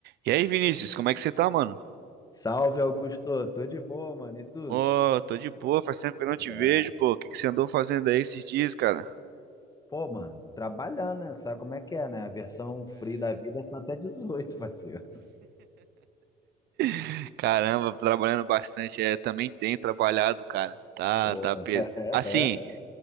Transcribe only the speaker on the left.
Salve, Augusto. Tô de boa, mano. E tu?
É,
Pô, mano, trabalhando, né? Sabe como é que é, né? A versão free da vida é só até 18, parceiro.
pô.
<laughs>